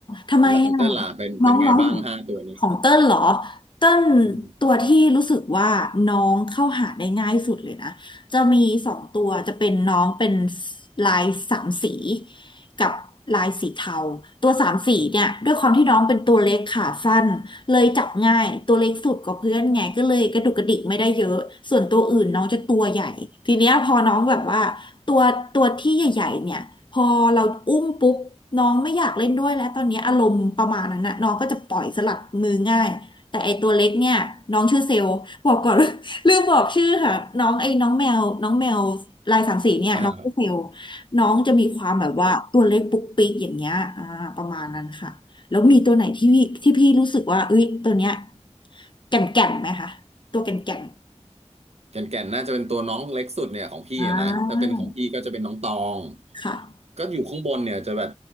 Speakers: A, on the left; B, on the right.
A: ทำไมอ่ะ
B: แล้วของเต้นล่ะเป็นเป็นยังไงบ้างห้าตัวนี้
A: น้องน้องของเติ้ลเหรอเติ้ล
B: อืม
A: ตัวที่รู้สึกว่าน้องเข้าหาได้ง่ายสุดเลยนะจะมีสองตัวจะเป็นน้องเป็นลายสามสีกับลายสีเทาตัวสามสีเนี่ยด้วยความที่น้องเป็นตัวเล็กขาสั้นเลยจับง่ายตัวเล็กสุดกว่าเพื่อนไงก็เลยกระดุกกระดิกไม่ได้เยอะส่วนตัวอื่นน้องจะตัวใหญ่ทีเนี้ยพอน้องแบบว่า ตัวตัวที่ใหญ่ๆเนี่ยพอเราอุ้มปุ๊บน้องไม่อยากเล่นด้วยแล้วตอนนี้อารมณ์ประมาณนั้นน่ะน้องก็จะปล่อยสลัดมือง่ายแต่ไอตัวเล็กเนี่ยน้องชื่อเซลล์บอกก่อน <laughs> ลืมบอกชื่อค่ะน้องไอ้น้องแมวน้องแมวลายสามสีเนี่ยน้องชื่อเซลล์
B: <laughs> อ่า
A: น้องจะมีความแบบว่าตัวเล็กปุ๊กปิ๊กอย่างเงี้ยอ่าประมาณนั้นค่ะแล้วมีตัวไหนที่พี่ที่พี่รู้สึกว่าเอ้ยตัวเนี้ย
B: เป็น
A: แก่นแก่นไหมคะตัวแก่นแก่น
B: แก่นแก่นน่าจะเป็นตัวน้องเล็กสุดเนี่ยของพี่อะนะถ้าเป็นของพี่ก็จะเป็นน้องตอง
A: อ่าค่ะ
B: ก็อยู่ข้างบนเนี่ยจะแบบ